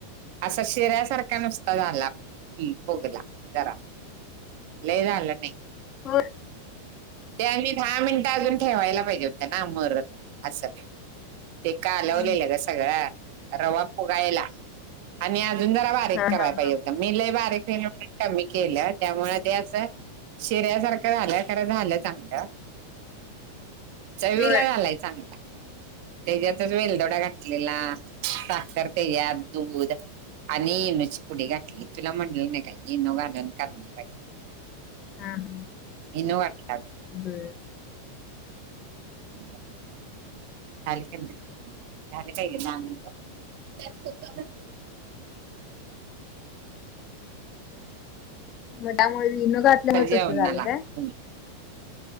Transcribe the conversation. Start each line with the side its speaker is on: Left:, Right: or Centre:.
Right: आसा शिऱ्यासारखा नुसता झाला हम फुगला जरा. लई झालं ते.
Left: हो.
Right: ते आणि् दहा मिनिटं अजून ठेवायला पाहिजे होत् ना मुरत आसं. ते कालवलेलं
Left: हा
Right: ग सगळं रवा फुगायला. आणि अजून जरा बारीक
Left: हा हा
Right: कराय
Left: हा
Right: पाहिजे
Left: हा
Right: होता. मी लय बारीक केल ते कमी केलं त्यामुळे ते आसं शिऱ्यासारखं झालं खरं झालं चांगलं. चवीला
Left: होय
Right: झालाय चांगला. तेज्यातच वेलदोडा घातलेला साखर तेज्यात दूध आणि इनोची पुडी घातली तुला मणल नाय काय इनो घालून करणार आय.
Left: हाम्.
Right: इनो <unintelligible>
Left: <inaudible>
Right: अ <inaudible> ल काय धल काय ग न मिट
Left: त्यामुळे इनो घातल्यामुळे
Right: जेवणाला
Left: तस झाल काय?
Right: तुम्ही